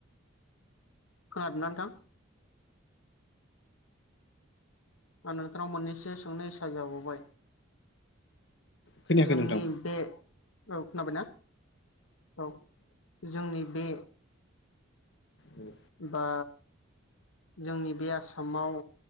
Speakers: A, on the left; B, on the left.
A: खोनादोंना नोंथां आं नोंथांनाव मोननैसो सोंनो इसा जाबावबाय
B: खोनायाखै
A: जोंनि
B: नोंथां
A: बे औ खोनाबाय ना औ जोंनि बे
B: औ
A: बा जोंनि बे आसामाव